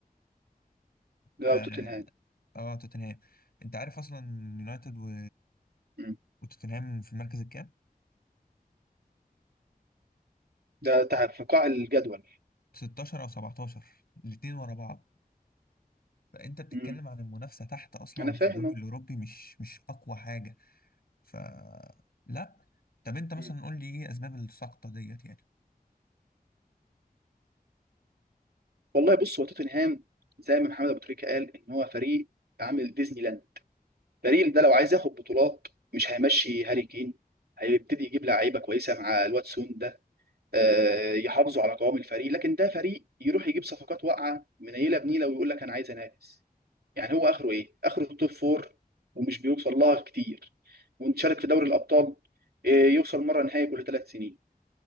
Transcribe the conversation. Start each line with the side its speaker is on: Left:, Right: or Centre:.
Right: ده
Left: ف
Right: توتنهام
Left: اه توتنهام انت عارف اصلا يونايتد و...
Right: مم.
Left: وتوتنهام في المركز الكام
Right: ده تع- في قاع الجدول
Left: 16 او 17 الاتنين ورا بعض فانت بتتكلم
Right: مم.
Left: عن المنافسه تحت اصلا
Right: انا فاهم
Left: في الدوري
Right: اهو
Left: الاوروبي مش مش اقوى حاجه ف لا طب انت مثلا
Right: مم.
Left: قول لي ايه اسباب السقطه ديت يعني
Right: والله بص هو توتنهام زي ما محمد ابو تريكه قال ان هو فريق عامل ديزني لاند باريس ده لو عايز ياخد بطولات مش هيمشي هاري كين هيبتدي يجيب لعيبه كويسه مع الواتسون ده آه، يحافظوا على قوام الفريق لكن ده فريق يروح يجيب صفقات واقعه منيله بنيله ويقول لك انا عايز انافس يعني هو اخره ايه؟ اخره التوب فور ومش بيوصل لها كتير ونشارك في دوري الابطال آه، يوصل مره نهائي كل ثلاث سنين